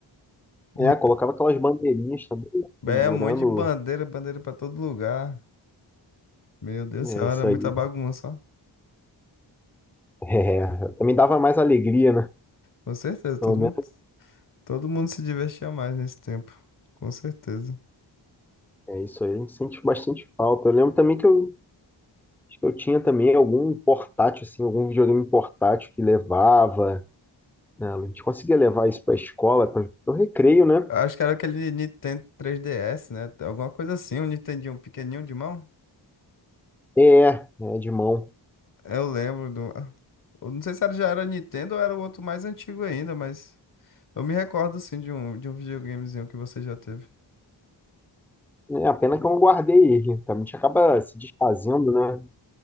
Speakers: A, in the centre; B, on the left.
A: É,
B: E,
A: colocava aquelas bandeirinhas também, pendurando.
B: É um monte de bandeira, bandeira pra todo lugar. Meu Deus
A: É
B: do céu,
A: isso
B: era muita
A: aí.
B: bagunça,
A: <laughs>
B: ó.
A: É, também dava mais alegria, né?
B: Com certeza,
A: Pelo
B: todo
A: menos
B: mundo, todo mundo se divertia mais nesse tempo. Com certeza.
A: é isso aí. A gente sente bastante falta. Eu lembro também que eu, acho que eu tinha também algum portátil, assim, algum videogame portátil que levava. né? A gente conseguia levar isso para a escola, para o recreio, né?
B: Acho que era aquele Nintendo 3DS, né? Alguma coisa assim, um Nintendinho pequenininho de mão.
A: É, é de mão.
B: Eu lembro do... ah, Eu não sei se era, já era Nintendo ou era o outro mais antigo ainda, mas... Eu me recordo, assim, de um, de um videogamezinho que você já teve.
A: É, a pena que eu não guardei ele. A gente acaba se desfazendo, né?